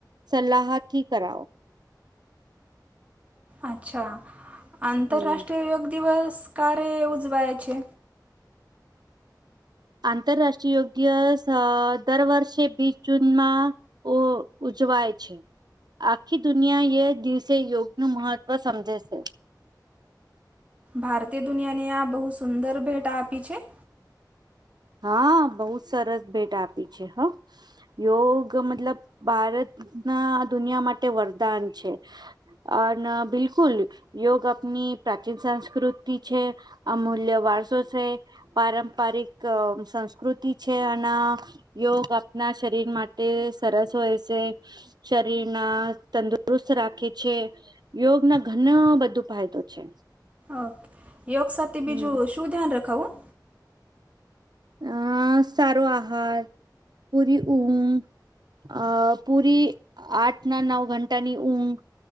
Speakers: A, on the right (about 70°); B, on the right (about 20°).
A: સલાહથી કરાવો.
B: અચ્છા આંતરરાષ્ટ્રીય
A: હમ
B: યોગ દિવસ કારે ઉજવાય છે.
A: આંતરરાષ્ટ્રીય યોગ દિવસ દર વર્ષે બીસ જૂનમાં. ઓ ઉજવાય છે. આખી દુનિયા એ દિવસે યોગ નું મહત્વ સમજે છે.
B: ભારતે દુનિયાને આ બહુ સુંદર ભેટ આપી છે.
A: હા બહુ સરસ ભેટ આપી છે હ. યોગ મતલબ ભારત ના દુનિયા માટે વરદાન છે. અને બિલકુલ યોગ આપની પ્રાચીન સંસ્કૃતિ છે. અમૂલ્ય વારસો છે પારંપરિક સંસ્કૃતિ છે અનેના. યોગ આપણા શરીર માટે સરસ હોય છે. શરીર ના તંદુરસ્ત રાખે છે. યોગ ના ઘણા બધું ફાયદો છે.
B: ઓકે યોગ સાથે
A: હમ
B: બીજું શું ધ્યાન રખાવું.
A: અ સારો આહાર પૂરી ઊઘ. અ પૂરી આઠ ના નવ ઘંટાની ઊંઘ.